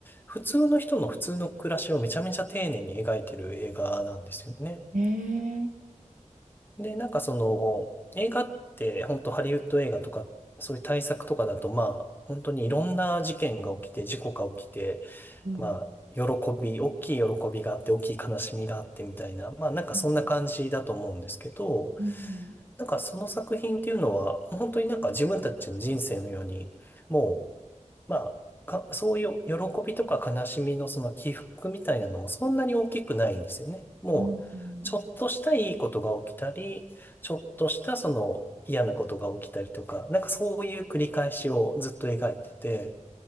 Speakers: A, on the left (about 15°); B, on the right (about 80°).
A: 普通の人の普通の暮らしをめちゃめちゃ丁寧に描いてる映画なんですよね。
B: ええ
A: で、なんかその、映画って、本当ハリウッド映画とか、そういう大作とかだと、まあ、本当にいろんな事件が起きて、事故が起きて、
B: うん。
A: まあ、喜び、大きい喜びがあって、大きい悲しみがあってみたいな、まあ、なんかそんな感じだと思うんですけど、
B: うん。うん。
A: なんかその作品っていうのは、もう本当になんか自分たちの人生のように、もうまあ、か、そういう喜びとか悲しみのその起伏みたいなのもそんなに大きくないんですよね。もう、
B: うん。うん
A: ちょっとしたいいことが起きたり、ちょっとしたその嫌なことが起きたりとか、なんかそういう繰り返しをずっと描いてて、